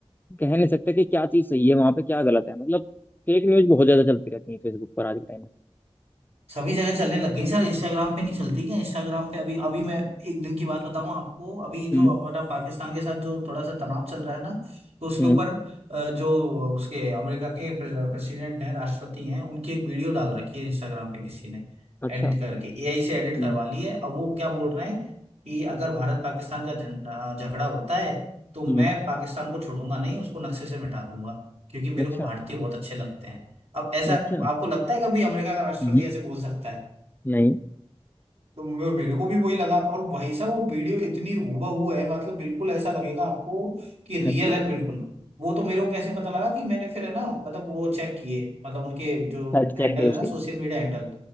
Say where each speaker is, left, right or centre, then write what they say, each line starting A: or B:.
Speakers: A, on the left; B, on the right.
A: कह नहीं सकते कि क्या चीज़ सही है वहाँ पे क्या गलत है मतलब फेक न्यूज़ बहुत ज़्यादा चलती रहती है फेसबुक पर आज के टाइम में
B: सभी जगह चलने लग गई सर इंस्टाग्राम पे नहीं चलती क्या इंस्टाग्राम पे अभी अभी मैं एक दिन की बात बताऊं आपको अभी जो
A: हम्म
B: हमारा पाकिस्तान के साथ जो थोड़ा सा तनाव चल रहा है ना तो उसके
A: हम्म
B: ऊपर अ, जो उसके अमेरिका के प्रेसिडेंट हैं राष्ट्रपति हैं उनकी एक वीडियो डाल रखी है इंस्टाग्राम पे किसी ने
A: अच्छा
B: एडिट करके एआई
A: हम्म
B: से एडिट करवा ली है अब वो क्या बोल रहे हैं कि अगर भारत पाकिस्तान का झं- अ, झगड़ा होता है तो मैं
A: हम्म
B: पाकिस्तान को छोड़ूंगा नहीं उसको नक्शे से मिटा दूंगा क्योंकि मेरे
A: अच्छा
B: को भारतीय बहुत अच्छे लगते हैं अब ऐसा
A: अच्छा
B: आपको लगता है कभी अमेरिका का राष्ट्रपति
A: हम्म
B: ऐसे बोल सकता है
A: नहीं
B: तो मे- मेरे को भी वही लगा और भाई साहब वो वीडियो इतनी हूबहू है मतलब बिल्कुल ऐसा लगेगा आपको कि रियल
A: अच्छा
B: है बिल्कुल वो तो मेरे को कैसे पता लगा कि मैंने फिर है ना मतलब वो चेक किए मतलब उनके जो
A: फैक्ट
B: हैंडल
A: चेक है
B: है
A: उसके
B: ना सोशल मीडिया हैंडल